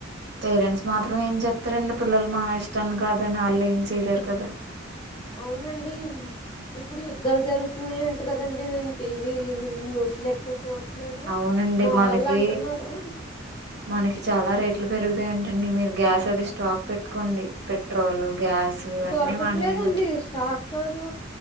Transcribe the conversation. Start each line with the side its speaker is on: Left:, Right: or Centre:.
Right: పేరెంట్స్ మాత్రం ఏం చెప్తారండి పిల్లలు మా ఇష్టన్ని కాదని వాళ్ళు ఏం చేయలేరు కదా
Left: అవునండి ఇప్పుడు యుద్ధాలు జరుగుతున్నాయి అంట కదండి నేను టీవీ న్యూస్ ఎక్కువ చూడ ట్లేదు
Right: అవునండి
Left: మా
Right: మనకి
Left: వాళ్ళు అంటున్నారు
Right: మనకి చాలా రేట్లు పెరుగుతాయంటండి మీరు గ్యాస్ అది స్టాక్ పెట్టుకోండి పెట్రోల్ గ్యాస్ అన్నీ
Left: దొరకట్లేదండి
Right: వాని మీద
Left: స్టాక్ కాదు